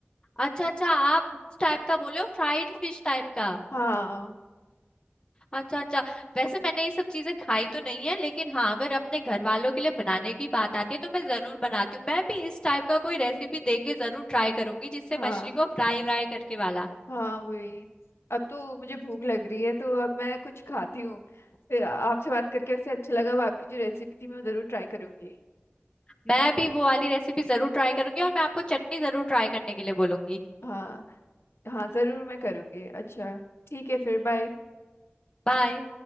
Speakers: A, on the left; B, on the left.
A: अच्छा अच्छा आप उस टाइप का बोले हो फ्राइड फिश टाइप का
B: हाँ
A: अच्छा अच्छा वैसे मैंने ये सब चीजें खाई तो नहीं है लेकिन हाँ अगर अपने घर वालों के लिए बनाने की बात आती है तो मैं जरूर बनाती हूँ मैं भी इस टाइप का कोई रेसिपी देख के जरूर ट्राई करूंगी जिससे
B: हाँ
A: मछली को फ्राई व्राई करके वाला
B: हाँ वही अब तो मुझे भूख लग रही है तो अब मैं कुछ खाती हूँ फिर आपसे बात करके वैसे अच्छा लगा अब आपकी जो रेसिपी थी मैं जरूर ट्राई करूंगी
A: मैं भी वो वाली रेसिपी जरूर ट्राई करूंगी और मैं आपको चटनी जरूर ट्राई करने के लिए बोलूंगी
B: हाँ हाँ जरूर मैं करूंगी अच्छा ठीक है फिर बाय
A: बाय